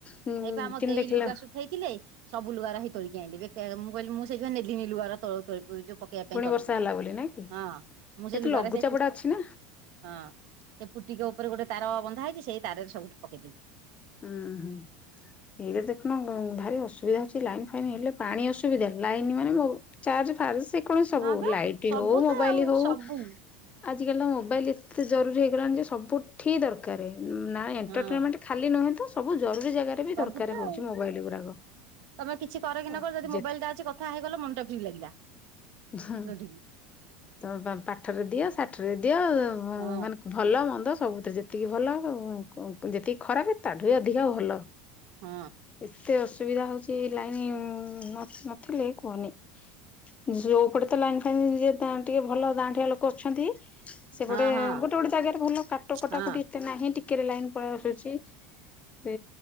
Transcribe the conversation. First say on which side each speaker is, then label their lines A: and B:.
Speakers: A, on the left; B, on the right.
A: ହୁଁ
B: ହେଇପା ଆମ
A: କେମିତି
B: ଦେଇ
A: ଦେଖିଲା
B: ଲୁଗା ସୁ ହେଇଥିଲେ ସବୁ ଲୁଗା ରା ହେଇ ତୋଳିକି ଆଣିଲେ ମୁଁ କହିଲି ମୁଁ ସେଇଥିପାଇଁ ନେଲିନି ଲୁଗା ପକେଇବା
A: ପୁଣି
B: ପାଇଁ ତଳକୁ
A: ବର୍ଷା ହେଲା ବୋଲି ନାଇଁ କି
B: ହଁ ମୁଁ ସେ
A: ଏତ
B: ଲୁଗାରେ
A: ଲଘୁଚାପ
B: ସେ
A: ଟା ଅଛି ନା
B: ହଁ ସେ ପୁଟିକ ଉପରେ ଗୋଟେ ତାର ବନ୍ଧା ହେଇଛି ସେଇ ତାରରେ ସବୁଠି ପକେଇଦେବି
A: ଉୁଁ ହୁଁ ସେଇଟା ଦେଖୁନ ଭାରି ଅସୁବିଧା ହଉଛି ଲାଇନ ଫାଇନ୍ ହେଲେ। ପାଣି ଅସୁବିଧା ଲାଇନ ମାନେ ମୋ ଚାର୍ଜ ଫାର୍ ସେ କଣ ସବୁ
B: ହଁ ବା
A: ଲାଇଟ
B: ସବୁ
A: ହଉ ମୋବାଇଲ
B: ତ ଆଉ
A: ହଉ
B: ସବୁ
A: ଆଜ କାଲି ତ ମୋବାଇଲ ଏତେ ଜରୁରୀ ହେଇଗଲାଣି ଯେ ସବୁଠି ଦରକାର ଏଣ୍ଟରଟେମେଣ୍ଟ
B: ହଁ
A: ଖାଲି ନୁହେଁ ତ ସବୁ ଜରୁରୀ ଜାଗାରେ ବି ଦରକାର
B: ସବୁ ତ
A: ହଉଛି
B: ଆଉ
A: ମୋବାଇଲ ଗୁଡାକ
B: ତମେ କିଛି କର କିନା
A: ଓ
B: କର ଯଦି
A: ଯେତେ
B: ମୋବାଇଲ ଟା ଅଛି କଥା ହେଇଗଲେ ମନ ଟା ଫ୍ରି ଲାଗିଲା
A: ହଁ
B: ଯୋଉଠିକି
A: ତମ ପାଠରେ ଦିଅ ଷାଠରେ ଦିଅ
B: ହଁ
A: ମାନେ ଭଲ ମନ୍ଦ ସବୁଥିରେ ଯେତିକି ଭଲ ଯେତିକି ଖରାପ ତାଠୁ ବି ଅଧିକା ଭଲ
B: ହଁ
A: ଏତେ ଅସୁବିଧା ହଉଛି ଲାଇନ୍ ନଥିଲେ କୁହନି। ଯୋଉପଟେ ତ ଲାଇନ୍ ଫାଇନ୍ ଯ ଟିକେ ଭଲ ଗାଁଠିଆ ଲୋକ ଅଛନ୍ତି। ସେପଟେ
B: ହଁ ହଁ
A: ଗୋଟେ ଗୋଟେ ଜାଗାରେ ଭଲ କାଟ କଟା
B: ହଁ
A: କଟି ଏତେ ନାହିଁ ଟିକେରେ ଲାଇନ ପଳେଇ ଆସୁଛି ସେ